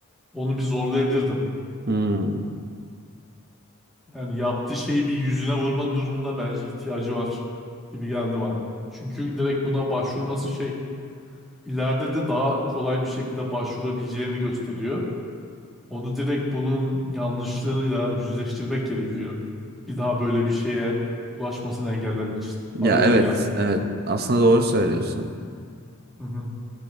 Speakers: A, in the centre; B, on the right (about 45°).
A: Onu bir zorlayabilirdim.
B: Hmm.
A: Yani yaptığı şeyi bir yüzüne vurma durumuna bence ihtiyacı var gibi geldi bana. Çünkü direkt buna başvurması şey ileride de daha kolay bir şekilde başvurabileceğini gösteriyor. Onu direkt bunun yanlışlığıyla yüzleştirmek gerekiyor. Bir daha böyle bir şeye ulaşmasını engellemek için.
B: Ya
A: Bana öyle
B: evet,
A: geldi.
B: evet. Aslında doğru söylüyorsun.
A: Hı hı.